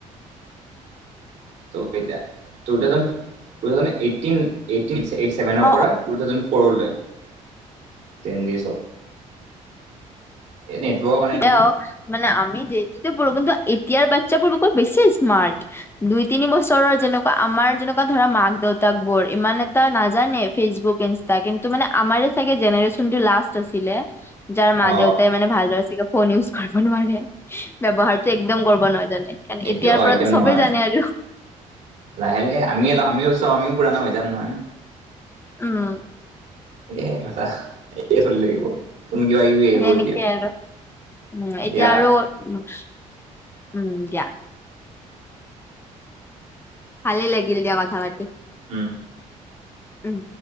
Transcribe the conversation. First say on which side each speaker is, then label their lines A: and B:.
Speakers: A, on the left; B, on the right.
A: <inaudible>
B: বহু কেইটা টু থাউজেণ্ড এইতিন এইতিন এইট ছেভেনৰ
A: অ
B: পৰা টু থাউজেণ্ড ফৰলৈ জেঞ্জী চব এই নেটৱৰ্কৰ কাৰণে
A: কিবা
B: নেকি
A: অ মানে আমি যে এতিয়াৰবোৰ কিন্তু এতিয়াৰ বাচ্ছাবোৰ বেছি স্মাৰ্ট দুই তিনি বছৰৰ যেনেকোৱা আমাৰ যেনেকোৱা আ ধৰা মাক - দেউতাক বোৰ ইমান এটা নাজানে ফেচবুক, ইনষ্টা কিন্তু মানে আমাৰে চাগে জেনেৰেচন সেইটো লাষ্ট আছিলে, যাৰ মা
B: অ
A: - দেউতাই মানে ভালদৰে চি ক ফোন ইউজ কৰিব নোৱাৰে। ব্যৱহাৰটো একদম গৰ্বৰ নহয় তেনে কাৰণ
B: এইটো
A: এতিয়াৰ
B: অ
A: পৰাতো
B: এতিয়া
A: সবেই
B: নোৱাৰে
A: জানে আৰু।
B: লাহে লাহে আমিয়ে লা আমি চ আমিও পুৰাণা হৈ যাম নহয়।
A: উম।
B: এ কথা একে চলি লাগিব। তুমি কিবা ইউ আহিব
A: সেনেকে
B: এতিয়া
A: আৰু। উম এতিয়া
B: দিয়া
A: আৰু উম, দিয়া। ভালে লাগিল দিয়া কথা পাতি।
B: উম।
A: উম।